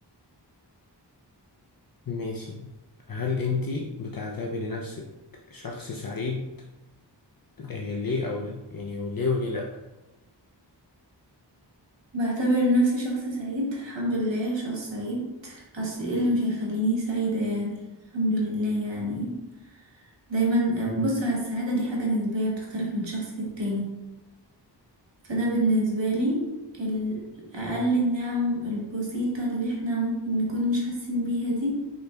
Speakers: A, on the left; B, on the right.
A: ماشي هل انتي بتعتبري نفسك شخص سعيد آه ليه او يعني وليه وليه لا
B: بعتبر نفسي شخص سعيد الحمد لله شخص سعيد أصل ايه اللي مش هيخليني سعيدة يعني الحمد لله يعني دايما بص على السعادة دي حاجة نسبية بتختلف من شخص للتاني فأنا بالنسبة لي ال- أقل النعم البسيطة اللي احنا ممكن نكون مش حاسين بيها دي